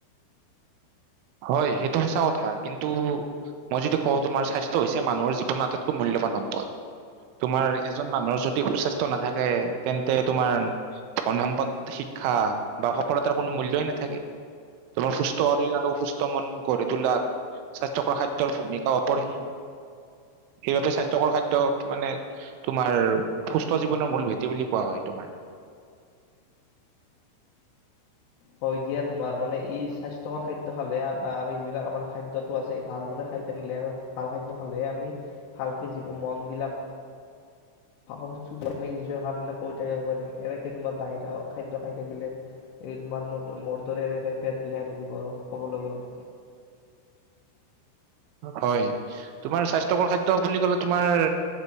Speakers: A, on the right (about 80°); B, on the left (about 75°).
A: হয় সেইটো সঁচা কথা কিন্তু মই যদি কওঁ তোমাৰ স্বাস্থ্যৰ হৈছে মানুহৰ জীৱনৰ আটাইতকৈ মূল্যবান সম্পদ তোমাৰ এজন মানুহৰ যদি সুস্বাস্থ্য নাথাকে তেন্তে তোমাৰ ধন সম্পদ শিক্ষা বা সফলতাৰ কোনো মূল্যই নাথাকে তোমাৰ সুস্থ শৰীৰ আৰু সুস্থ মন গঢ়ি তোলাত স্বাস্থ্যকৰ খাদ্যৰ ভূমিকা অপৰিসীম সেইবাবে স্বাস্থ্যকৰ খাদ্য মানে তোমাৰ সুস্থ জীৱনৰ মূল ভেটি বুলি কোৱা হয় তোমাৰ
B: হয় দিয়া তোমাৰ মানে ই স্বাস্থ্যকৰ খাদ্য খালে আম আমি যিবিলাক আমাৰ খাদ্যটো আছে ভালদৰে খাই থাকিলে আ ভাল খাদ্য খালেহে আমি ভালকে জীৱ মন বিলাক আমি নিজৰ কামবিলাক কৰি থাকিব পাৰিম এনেকে তোমাৰ বাহিৰা খাদ্য খাই থাকিলে তোমাৰ মোৰ দৰে এনেকে পেট বিহাই থাকিব আৰু ক'বলৈ গ'লে
A: হয় তোমাৰ স্বাস্থ্যকৰ খাদ্য বুলি কলে তোমাৰ